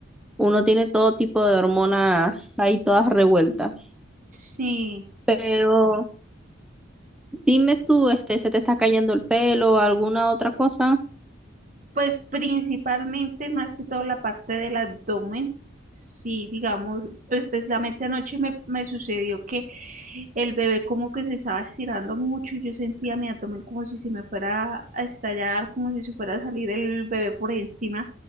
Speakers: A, in the centre; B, on the right.
A: uno tiene todo tipo de hormonas ahí todas revueltas.
B: Sí.
A: Pero dime tú, este, ¿se te está cayendo el pelo o alguna otra cosa?
B: Pues principalmente, más que todo la parte del abdomen, sí, digamos, pues precisamente anoche me, me sucedió que el bebé como que se estaba estirando mucho y yo sentía mi abdomen como si se me fuera a estallar, como si se fuera a salir el bebé por encima,